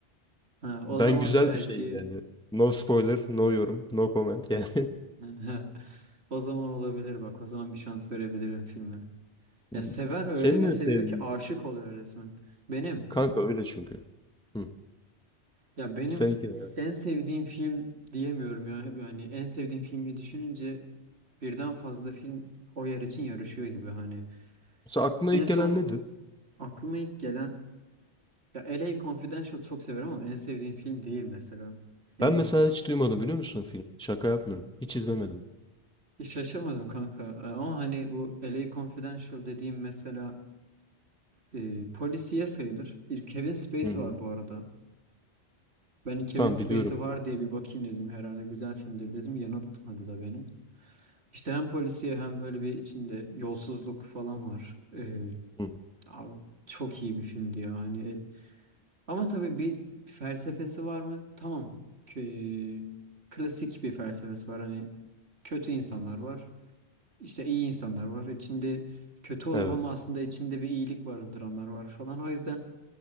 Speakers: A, on the right (about 70°); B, in the centre.
A: Ha,
B: Ben
A: o zaman
B: güzel
A: belki
B: bir şeyim yani. No spoiler, no yorum, no comment yani.
A: <laughs> o zaman olabilir bak o zaman bir şans verebilirim filme.
B: <laughs>
A: Ya seven öyle
B: Senin
A: bir
B: ne
A: seviyor
B: sevdiğin
A: ki aşık oluyor resmen. Benim
B: Kanka öyle çünkü. Hı.
A: ya benim
B: Sen iki
A: en sevdiğim film diyemiyorum ya. Yani en sevdiğim filmi düşününce birden fazla film o yer için yarışıyor gibi hani.
B: Mesela aklına
A: En
B: ilk
A: son
B: gelen nedir?
A: aklıma ilk gelen ya LA Confidential çok severim ama en sevdiğim film değil mesela. Yani
B: Ben mesela hiç duymadım biliyor musun o filmi? Şaka yapmıyorum. Hiç izlemedim.
A: şaşırmadım kanka Ee, ama hani bu LA Confidential dediğim mesela e, polisiye sayılır. Kevin Spacey
B: Hı hı.
A: var bu arada. Ben Kevin
B: Tamam
A: Spacey
B: biliyorum.
A: var
B: onu.
A: diye bir bakayım dedim. Herhalde güzel filmdir dedim. Yanıltmadı da beni. İşte hem polisiye hem böyle bir içinde yolsuzluk falan var. Ee,
B: Hı hı.
A: abi çok iyi bir filmdi ya. Hani e- ama tabii bir felsefesi var mı? Tamam. Kö- klasik bir felsefesi var. Hani kötü insanlar var. İşte iyi insanlar var. İçinde kötü olup
B: Evet.
A: ama aslında içinde bir iyilik barındıranlar var falan. O yüzden